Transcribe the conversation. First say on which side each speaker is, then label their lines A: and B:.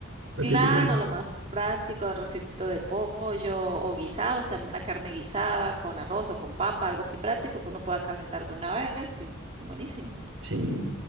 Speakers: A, on the right; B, on the right.
A: la
B: Claro,
A: típica.
B: lo más práctico, arrocito de pollo o guisados, también una carne guisada con arroz o con papa, algo así práctico que uno pueda calentar de una vez y buenísimo.
A: Sí,